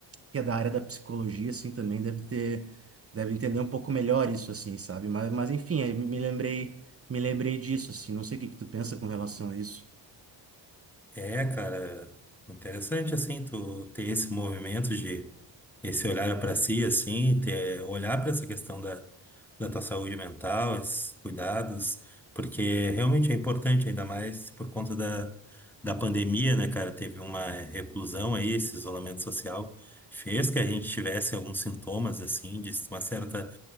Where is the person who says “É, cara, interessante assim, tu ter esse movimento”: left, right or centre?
Centre